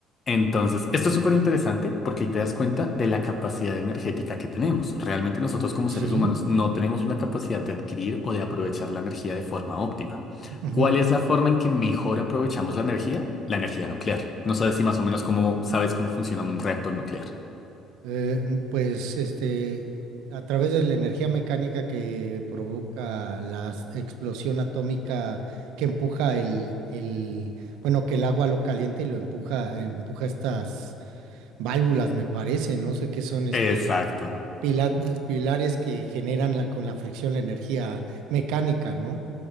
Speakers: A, on the left; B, on the right.
A: Entonces, esto es súper interesante porque ahí te das cuenta de la capacidad energética que tenemos. Realmente nosotros como
B: Sí.
A: seres humanos no tenemos una capacidad de adquirir o de aprovechar la energía de forma óptima.
B: ujú.
A: ¿Cuál es la forma en que mejor aprovechamos la energía? La energía nuclear. No sabes si más o menos cómo sabes cómo funciona un reactor nuclear.
B: Eh, mm, pues, este, a través de la energía mecánica que provoca la s- explosión atómica que empuja el, el, bueno, que el agua lo calienta y lo empuja, empuja estas válvulas, me parece, no sé qué son, este
A: Exacto.
B: pila- pilares que generan la- con la fricción la energía mecánica, ¿no?